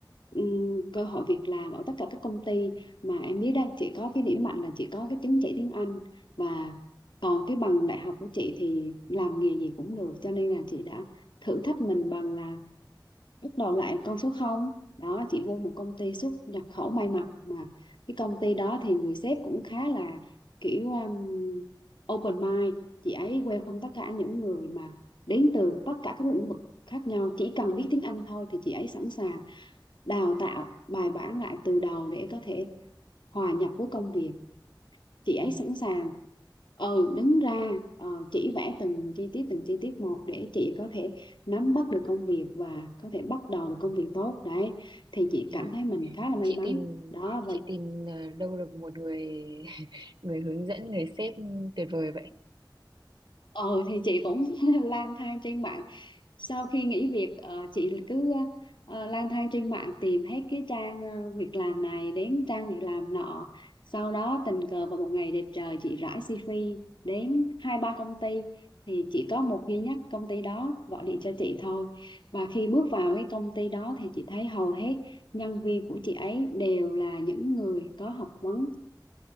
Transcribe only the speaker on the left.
ừm, cơ hội việc làm ở tất cả các công ty mà em biết đấy chị có cái điểm mạnh là chị có cái chứng chỉ tiếng Anh và còn cái bằng đại học của chị thì làm nghề gì cũng được cho nên là chị đã thử thách mình bằng là bắt đầu lại con số không. đó chị vô một công ty xuất nhập khẩu may mặc mà cái công ty đó thì người sếp cũng khá là kiểu um, open mind chị ấy welcome tất cả những người mà đến từ tất cả các lĩnh vực khác nhau chỉ cần biết tiếng Anh thôi thì chị ấy sẵn sàng đào tạo bài bản lại từ đầu để có thể hòa nhập với công việc chị ấy
sẵn sàng ừ đứng ra ờ, chỉ vẽ từng chi tiết từng chi tiết một để chị có thể nắm bắt được công việc và có thể bắt đầu được công việc tốt đấy thì chị
cảm
thấy mình khá là may
mắn
đó và
ờ thì chị cũng <laughs> lang thang trên mạng sau khi nghỉ việc ờ, chị cứ ờ, lang thang trên mạng tìm hết cái trang ờ, việc làm này đến trang việc làm nọ sau đó tình cờ vào một ngày đẹp trời chị rải CV đến hai ba công ty thì chỉ có một duy nhất công ty đó gọi điện cho chị thôi và khi bước vào cái công ty đó thì chị thấy hầu hết nhân viên của chị ấy đều là những người có học vấn